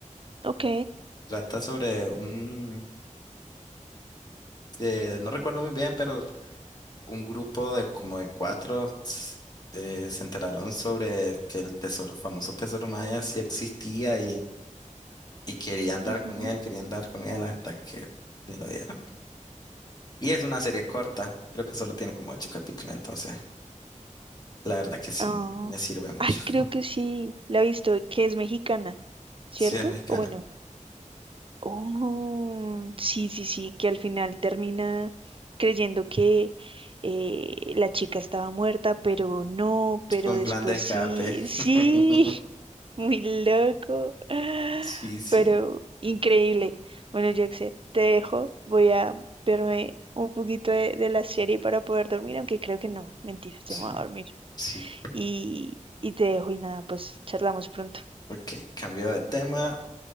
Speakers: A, on the right; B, on the left.
A: Ok.
B: Trata sobre un, eh, no recuerdo muy bien, pero un grupo de como de cuatro s- eh, se enteraron sobre que el tesoro, famoso tesoro maya sí existía y, y querían dar
A: ujú.
B: con él, querían dar con él hasta que se lo dieron. Y es una serie corta, creo que solo tiene como ocho capítulos, entonces la verdad que sí,
A: Ah,
B: me sirve mucho.
A: Ay,
B: <laughs>
A: creo que sí. La he visto, que es mexicana, ¿cierto?
B: Sí, es mexicana.
A: O bueno. Oh, sí, sí, sí, que al final termina creyendo que eh, la chica estaba muerta, pero no, pero
B: Un
A: después
B: plan de escape.
A: sí, sí,
B: <laughs>
A: <laughs> muy loco, <gasps>
B: Sí, sí,
A: pero increíble. Bueno, Jackson, te dejo, voy a verme un poquito de, de la serie para poder dormir, aunque creo que no, mentiras, ya
B: sí,
A: me voy a dormir.
B: sí.
A: Y, y te dejo y nada, pues charlamos pronto. <laughs>
B: Ok, cambio de tema.